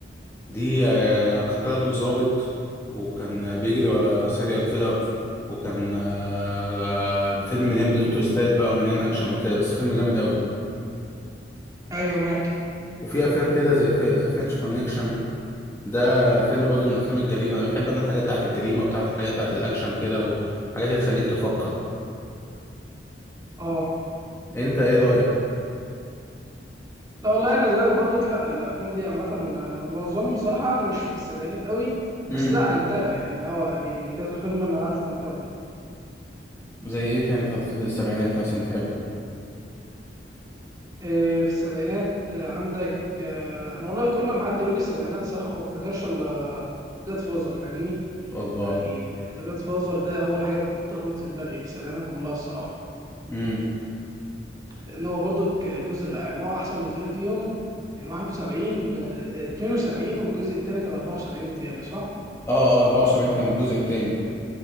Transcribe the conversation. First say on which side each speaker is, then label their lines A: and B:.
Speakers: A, on the left; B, on the right.
A: دي آه، كان طالع دور ظابط وكان آه، بيجري ورا سيريال كيلر وكان آه، آه، فيلم مليان بلوت تويستات بقى ومليان اكشن وكده بس فيلم جامد قوي
B: ايوه معاك
A: وفي افلام كده زي في ذا فرنش كونكشن ده فيلم برضه من افلام الجريمه انا بحب انا الحاجات بتاعت الجريمه وبتاعت الحاجات بتاعت الاكشن كده وحاجات تخليك تفكر
B: اه
A: انت ايه رايك
B: لا والله انا زيك برضو لا الافلام دي عامه آه، معظم صراحه انا مش في السبعينات قوي
A: امم
B: بس لا انا متابع يعني اه يعني كذا فيلم انا عارفه ومتابعه
A: زي ايه تاني في الفيلم السبعينات مثلا بتحبه
B: إيه، في السبعينات آه، عندك آه، انا والله كل ما حد يقول لي السبعينات صراحه ما بفتكرش الا جاد فازر فاهمني
A: أربعة
B: يعني جاد فازر ده اول حاجه بتخبط في دماغي في السبعينات كلها الصراحه
A: امم
B: لان هو برضو جزء يعني هو احسن جزئين فيهم يعني 71 آه، 72 والجزء الثاني كان 74 بتهيألي صح
A: اه اه 74 كان الجزء التاني